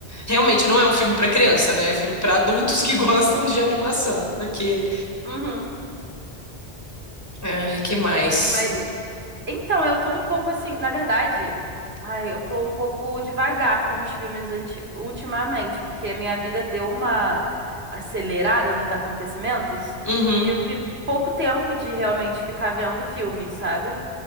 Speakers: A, on the left; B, on the right.
A: Realmente não é um filme para criança, né? É filme para adultos que <laughs> gostam de animação, porque,
B: Uhum.
A: ai, que mais?
B: Mas Então, eu tô um pouco assim, na verdade, ai, eu tô um pouco devagar com os filmes anti- ultimamente, porque a minha vida deu uma acelerada nos acontecimentos
A: Uhum.
B: e eu tive pouco tempo de realmente ficar vendo filme, sabe?